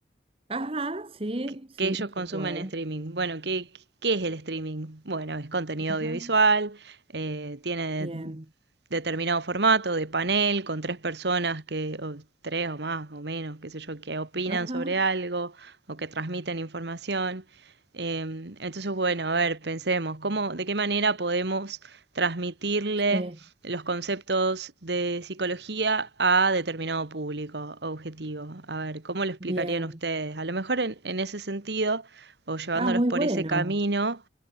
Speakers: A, on the right (about 30°); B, on the right (about 70°).
A: Ajá, sí,
B: que,
A: sí,
B: que ellos consumen
A: tal cual.
B: en streaming. Bueno, ¿qué, qué es el streaming? Bueno, es contenido
A: Ajá,
B: audiovisual, eh, tiene
A: bien.
B: determinado formato de panel con tres personas que, o tres o más o menos, qué sé yo, que opinan
A: Ajá,
B: sobre algo o que transmiten información. Eh, entonces, bueno, a ver, pensemos, ¿cómo, de qué manera podemos transmitirle
A: sí,
B: los conceptos de psicología a determinado público objetivo. A ver, ¿cómo lo explicarían
A: bien.
B: ustedes? A lo mejor en, en ese sentido, o llevándolos
A: Ah, muy
B: por
A: bueno.
B: ese camino,